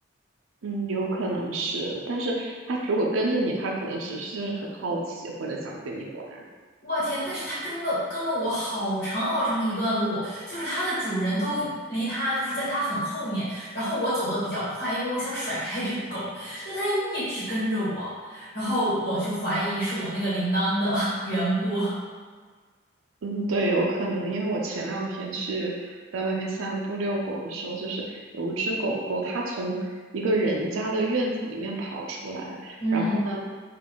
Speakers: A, on the right; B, on the left.
A: 嗯，有可能是，但是它如果跟着你，它可能只是就是很好奇或者想跟你玩。
B: 我天！但是它跟了跟了我好长好长一段路，就是它的主人都离它就是在它很后面，然后我走的比较快，因为我想甩开这个狗，但它一直跟着我，然后我就怀疑是我那个铃铛的 <laughs> 缘故。
A: 嗯，对，有可能，因为我前两天去在外面散步遛狗的时候，就是有一只狗狗，它从一个人家的院子里面跑出来，
B: 嗯
A: 然后呢，